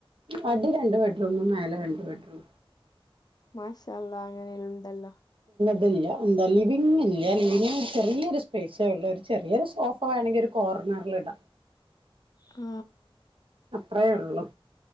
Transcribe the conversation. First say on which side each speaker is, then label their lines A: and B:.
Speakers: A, on the right (about 65°); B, on the left (about 45°).
A: അടി രണ്ട് ബെഡ്റൂമും മേലെ രണ്ട് ബെഡ്റൂം
B: മാഷല്ല അങ്ങനെ ഉണ്ടല്ലോ
A: എ ലിവില്ല ലിവിി ചെറിയൊരു സ്പേസള്ള ഒരു ചെറിയരു സോഫ വേണെങ്കിൽ കോർ കണാറലിട
B: ആ
A: അത്ര ഉള്ളു